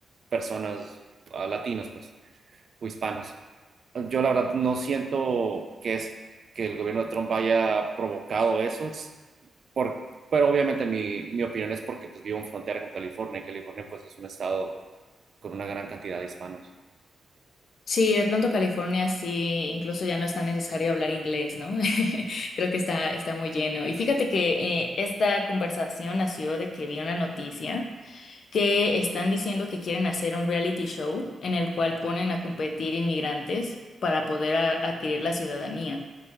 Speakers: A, on the right; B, on the left.
A: personas, a latinos, pues o hispanos. Yo la verdad no siento que es que el gobierno de Trump haya provocado eso, s- por, pero obviamente mi, mi opinión es porque pues, vivo en frontera con California y California pues es un estado con una gran cantidad de hispanos.
B: Sí, de pronto California sí, incluso ya no es tan necesario hablar inglés, ¿no? <laughs> Creo que está, está muy lleno. Y fíjate que eh, esta conversación nació de que vi una noticia. que están diciendo que quieren hacer un reality show en el cual ponen a competir inmigrantes para poder a- adquirir la ciudadanía.